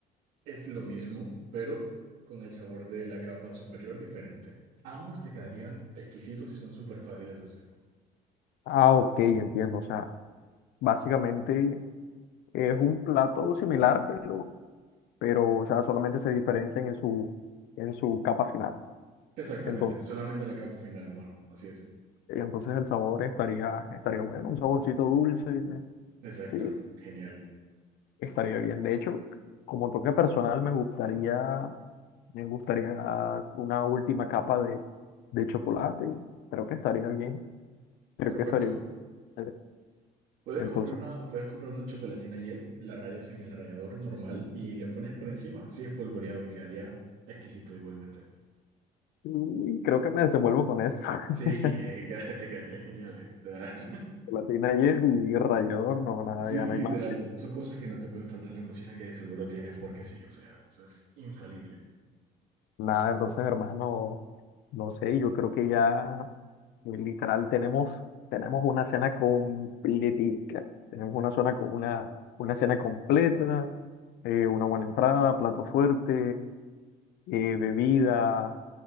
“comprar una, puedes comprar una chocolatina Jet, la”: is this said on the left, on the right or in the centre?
Right